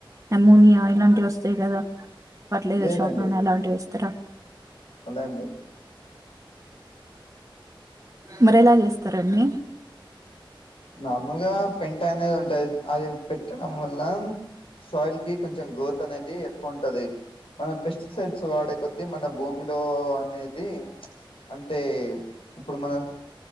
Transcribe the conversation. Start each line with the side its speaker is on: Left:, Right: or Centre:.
Right: అమోనియా ఇలాంట్ వస్తాయి కదా ఫట్లైజర్
Left: లేదండి
Right: షాప్ నునే అలాంటివెస్తారా
Left: అలా ఎం లెద్
Right: మరెలా చేస్తారండి
Left: నార్మల్గా పెంట అనేది ఉంటాది అది పెట్టడం వల్ల సాయిల్ కి కొంచెం గ్రోత్ అనేది ఎక్కువుంటది మనం పెస్టిసైడ్ స్ వాడే కొద్ది మన భూమిలో అనేది అంటే ఇప్పుడు మన